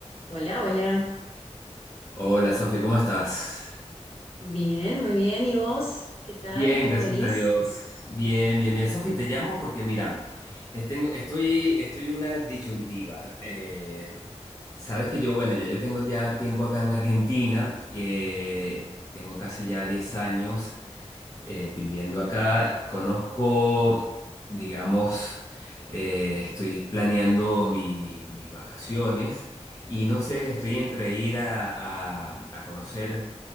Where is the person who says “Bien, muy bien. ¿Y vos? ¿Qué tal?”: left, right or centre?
Left